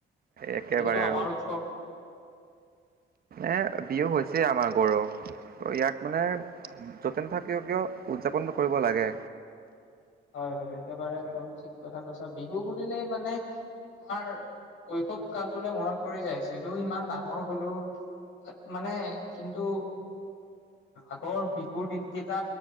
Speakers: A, on the right (about 50°); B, on the left (about 80°).
A: একেবাৰে
B: যিহেতু
A: আৰু
B: আমাৰ উৎসৱ
A: এ বিহু হৈছে আমাৰ গৰুৰ ত ইয়াক মানে য'তে নথ কিও কিয় উদযাপন কৰিব লাগে
B: হয় হয় একেবাৰে একদম ঠিক কথা কৈছ বিহু বুলিলেই মানে আমাৰ শৈশৱ কালটোলৈ মনত পৰি যায়ছে এইটোও ইমান ডাঙৰ হলো মানে কিন্তু আগৰ বিু ো <unintelligible> ৰ দিনকেইটা